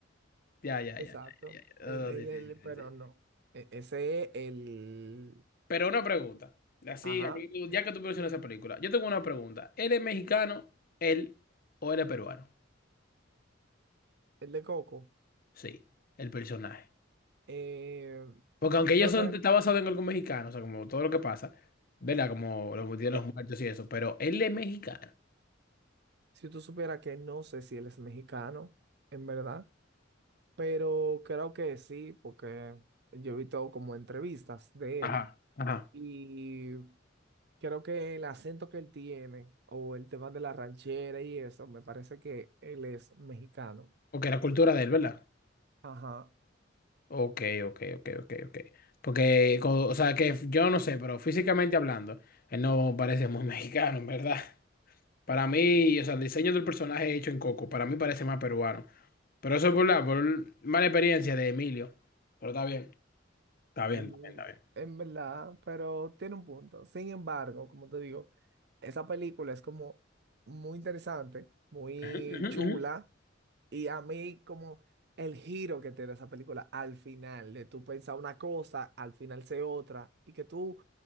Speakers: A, on the left (about 50°); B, on the right (about 55°).
A: Ya, ya,
B: exacto.
A: ya, ya, ya, ya.
B: Él,
A: Oh,
B: él,
A: sí, sí,
B: él,
A: sí,
B: pero
A: sí, sí.
B: no. E- ese es el,
A: Pero una pregunta. Así,
B: ajá,
A: a mí, ya que tú mencionas esa película, yo tengo una pregunta. ¿Eres mexicano, él, o eres peruano?
B: el de Coco.
A: Sí, el personaje.
B: Eh,
A: Porque aunque ellos
B: creo
A: son,
B: que era-
A: está basado en algo mexicano, o sea, como todo lo que pasa, ¿verdad? Como los días de
B: eh,
A: los muertos y eso, pero él es mexicano.
B: si tú supieras que no sé si él es mexicano, en verdad, pero creo que sí, porque yo he visto como entrevistas de
A: Ajá,
B: él
A: ajá.
B: y creo que el acento que él tiene o el tema de la ranchera y eso, me parece que él es mexicano.
A: Porque la cultura de él, ¿verdad?
B: Ajá,
A: Ok, ok, ok, ok, ok. Porque, co- o sea, que yo no sé, pero físicamente hablando, él no parece muy <laughs> mexicano, en verdad. Para mí, o sea, el diseño del personaje hecho en Coco, para mí parece más peruano. Pero eso es por la por mala experiencia de Emilio. Pero está bien, está bien,
B: en,
A: está bien,
B: en verdad, pero tiene un punto. Sin embargo, como te digo, esa película es como muy interesante, muy
A: está bien. Ujú, ujú,
B: chula,
A: ujú.
B: y a mí como el giro que tiene esa película al final, de tú pensar una cosa, al final se otra, y que tú